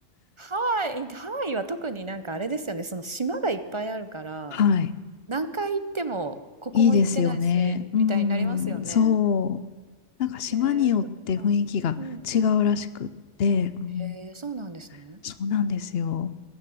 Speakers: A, on the right; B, on the left.
A: ハワイ、ハワイは特になんかあれですよね、その島がいっぱいあるから、
B: はい。
A: 何回行っても、ここも行ってないし、
B: いいですよね。うん、
A: みたいになりますよね。
B: そう。なんか島によって雰囲気が違うらしくって、
A: えー、そっか。うん。
B: うん、
A: へえ、そうなんですね。
B: そうなんですよ。